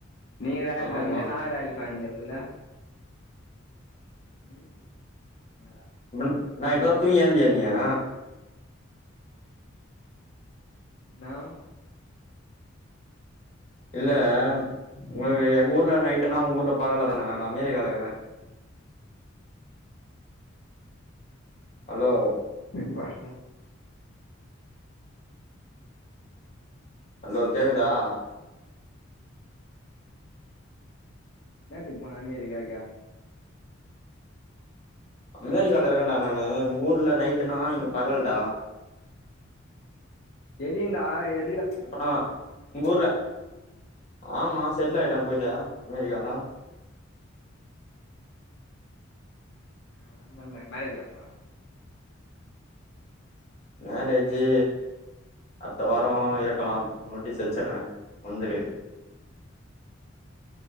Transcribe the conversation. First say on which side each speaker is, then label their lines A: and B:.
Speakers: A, on the left (about 55°); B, on the left (about 35°).
A: நீங்க ராயல் ஃபேம்ல்யா
B: ஆமா
A: நா ராயல் ஃபேம்லியா சொல்லு உம் வேற
B: மில்க் நா இப்பதா தூங்கியாந்தியா நீயா
A: நவ்
B: இல்ல ஒங்களுக்கு எங்க ஊர்ல நைட்டன்னா உங்க ஊர்ல பகல்ல
A: ஹலோ
B: தான நா அமெரிக்காலா இறே அலோ
A: பிப்பா ம்
B: ஹலோ கேக்குதா
A: என்னாத்துக்கு போனா அமெரிக்காக்கு
B: அமெரிக்கால இருக்கன்டா நானு உங்க ஊர்ல நைட்டுனா இங்க பகல்டா
A: தெரியுண்டா எ
B: இப்ப ஆ உங்க ஊர்ல ஆமா செட்ல் ஆயிட்டே போய்ட்டு அமெரிக்காலா
A: ம் வந்தோனே மேரேஜாப்பா
B: மேரேஜூ அ டுத்த வாரோ இருக்கலா நோட்டீஸ் வச்சுறே வந்துரு